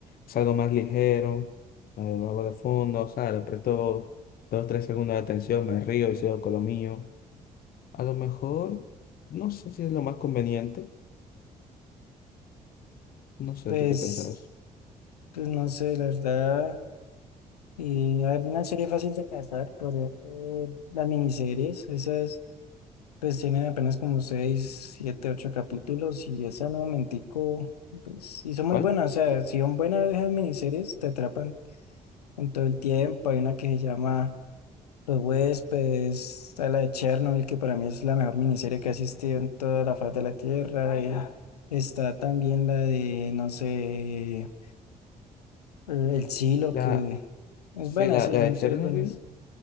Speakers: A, on the left; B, on the left.
A: es algo más ligero, me lo hago de fondo, o sea, le presto dos o tres segundos de atención, me río y sigo con lo mío. A lo mejor, no sé si es lo más conveniente, no sé,
B: pues,
A: ¿tú qué pensarás?
B: pues no sé, la verdad, y a ver, una serie fácil de cazar, podría ser las miniseries, esas Pues tiene apenas como seis, siete, ocho capítulos y esa no momentico, pues, y son
A: ¿Cuál?
B: muy buenas, o sea, si son buenas esas miniseries, te atrapan en todo el tiempo. Hay una que se llama Los Huéspedes, está la de Chernobyl, que para mí es la mejor miniserie que ha existido en toda la faz de la Tierra. Ah, y ya. está también la de, no sé, El Silo,
A: La,
B: que es
A: sí,
B: buena,
A: la,
B: sí,
A: la
B: son
A: de Chernobyl
B: series buenas.